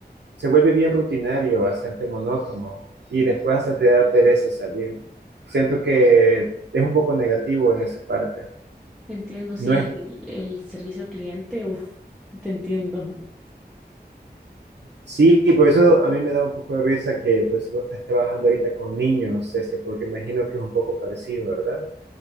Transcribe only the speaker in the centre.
Entiendo, sí,
el,
el- el servicio al cliente, uff, te entiendo.